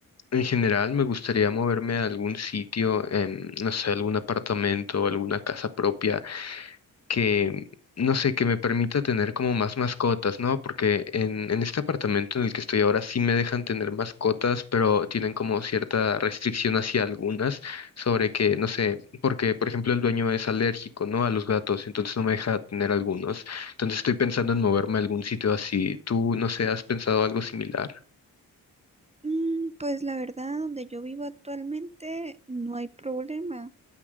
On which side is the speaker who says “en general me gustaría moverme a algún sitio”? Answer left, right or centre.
Left